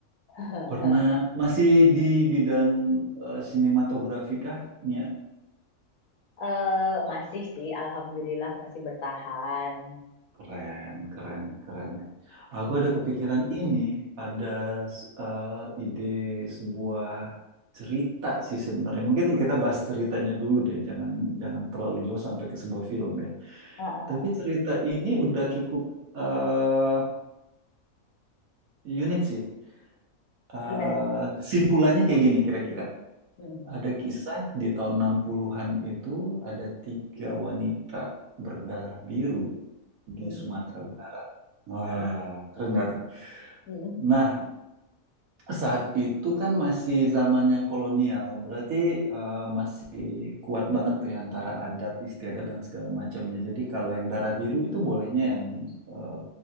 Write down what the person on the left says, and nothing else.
<laughs>
eh masih sih, alhamdulillah masih bertahan.
Hmm,
ah, ah,
ah.
Gimana tuh?
Mm-mm,
mm-mm,
mm,
mm-mm.